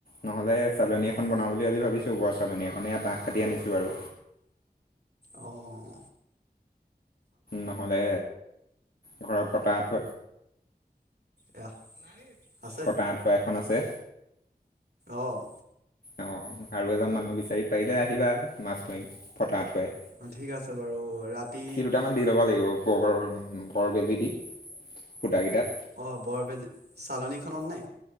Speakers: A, on the left; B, on the right.
A: নহ'লে চালনী এখন
B: অ'
A: বনাওঁ বুলি আজি ভাবিছো। <unintelligible> বাহ কাটি আনিছো আৰু
B: অঁ
A: নহ'লে ঘৰৰ পতাঠ
B: এয়া আছে
A: ফটা আঁঠুৱা এখন আছে।
B: অ'
A: অ আৰু এজন মানুহ বিচাৰি, পাৰিলে আহিবা মাছ ধৰিম ফটা উঠুৱাই
B: অ ঠিক আছে বাৰু ৰাতি
A: দুটামান দি ল'ব লাগিব বৰ, বৰ বেজী দি সূটাকেইটাত
B: আহ, বৰবেজ চালনীখনত নে?